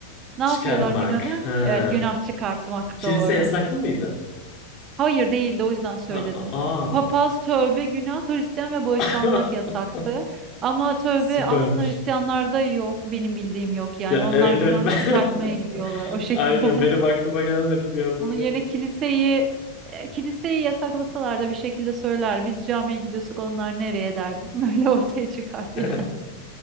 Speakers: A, on the right; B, on the left.
A: Ne
B: çıkarmak.
A: yapıyorlar günahı?
B: Ha.
A: Evet, günah çıkartmak
B: Kilise
A: doğru.
B: yasaklı mıydı?
A: <laughs> Hayır değildi o yüzden söyledim.
B: Ha, a- aa.
A: Papaz tövbe günah Hristiyan ve bağışlanmak
B: <laughs>
A: yasaktı. Ama tövbe
B: Süpermiş.
A: aslında Hristiyanlarda yok. Benim bildiğim yok yani.
B: Ya,
A: Onlar
B: evet
A: günah
B: evet <laughs>
A: çıkartmaya
B: ben...
A: gidiyorlar o şekilde.
B: Aynen benim aklıma gelmedi
A: <laughs>
B: bir an
A: Onun
B: böyle.
A: yerine kiliseyi e, kiliseyi yasaklasalar da bir şekilde söyler. Biz camiye gidiyorsak onlar nereye derdim. <laughs> Böyle ortaya çıkardı yani.
B: <laughs>